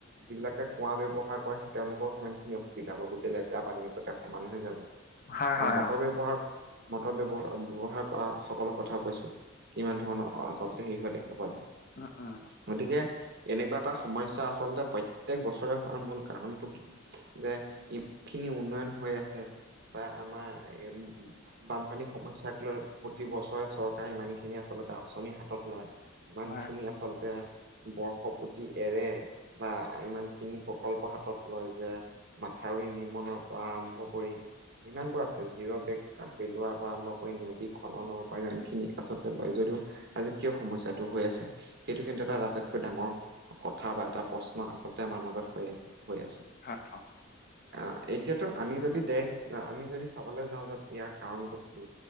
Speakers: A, on the right; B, on the left.
A: যিবিলাকে কুঁৱা ব্যৱহাৰ কৰে, তেওঁলোকৰ কিমান খিনি অসুবিধা হ'ব, গোটেই লেতেৰা পানীৰ সতে সমান হৈ যাব।
B: হয় হয়
A: মটৰ
B: হয় অ
A: ব্যৱহাৰ মটৰ ব্যৱহাৰ, বে-ব্যৱহাৰ কৰা সকলৰ কথাও কৈছোঁ, কিমান ধৰণৰ আচলতে হেৰি হৈ থাকে। হয়।
B: অ', অ'।
A: গতিকে, এনেকুৱা এটা সমস্যা আচলতে প্ৰত্যেক বছৰে হোৱাৰ মূল কাৰণটো কি? যে, ইমান খিনি উন্নয়ন হৈ আছে বা আমাৰ এ বানপানীৰ সমস্যাক লৈ প্ৰতি বছৰে চৰকাৰে ইমানখিনি আচলতে আঁচনি হাতত লয় ইমান
B: হয়,
A: খিনি আচলতে বৰ্শকুতি এৰে, বা ইমান খিনি প্ৰকল্প হাতত লয় যে মাথাউৰি নিৰ্মণৰ পৰা আৰম্ভ কৰি যিমানবোৰ আছে, জিৰ বেগ পেলোৱাৰ পৰা আৰম্ভ কৰি নদী খননৰ প্ৰাইভাগ খিনি আচলতে লয় যদিও আজি কিয় সমস্যাত টো হৈ আছে, সেইটো কিন্তু এটা আটাইতকৈ ডাঙৰ কথা বা এটা প্ৰশ্ন আচলতে আমাৰ মাজত হৈ আছে। হৈ আছে।
B: অহ'।
A: অ', এতিয়াটো আমি যদি দেশ আমি যদি চাবলৈ যাওঁ যে ইয়াৰ কাৰণটো কি